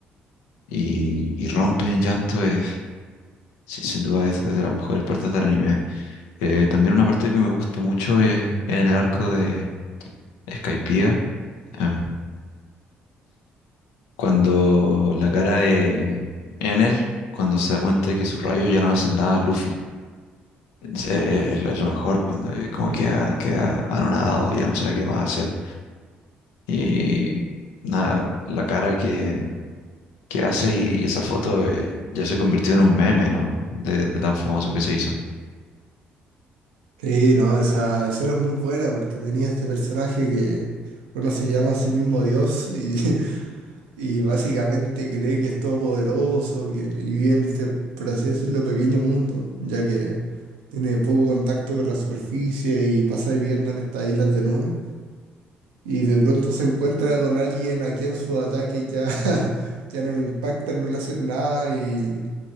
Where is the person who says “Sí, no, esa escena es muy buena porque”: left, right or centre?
Right